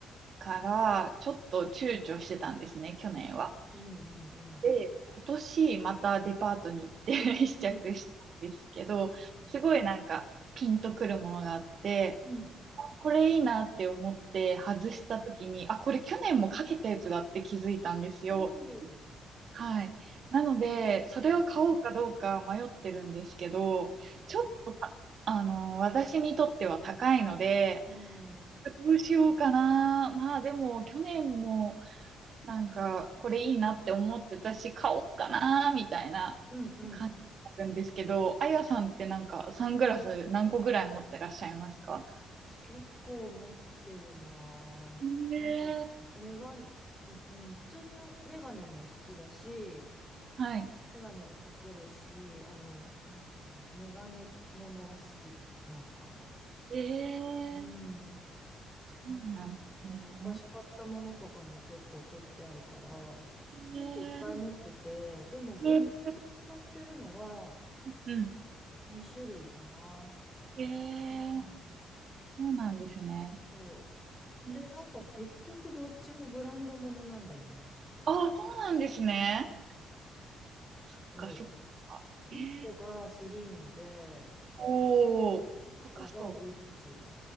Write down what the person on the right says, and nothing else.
から、ちょっと躊躇してたんですね、去年は。
で、今年またデパートに行って <laughs> 試着したんですけど、
すごいなんかピンとくるものがあって、
これいいなって思って外した時に、あ、これ去年もかけたやつだって気づいたんですよ。
はい。なので、それを買おうかどうか迷ってるんですけど、
ちょっとた、あの、私にとっては高いので、
どうしようかな。まあでも、去年も、なんか、これいいなって思ってたし、買おうかなーみたいな
感じなんですけど、あやさんってなんか、サングラス何個ぐらい持ってらっしゃいますか
ねえ
はい。
え、ええ、
そうなんですね。
ねえ
うん。うん。
え、え
えそうなんですね。
ええ、
ああ、そうなんですね。そっか、
そっか。
ええ、おお、
高そ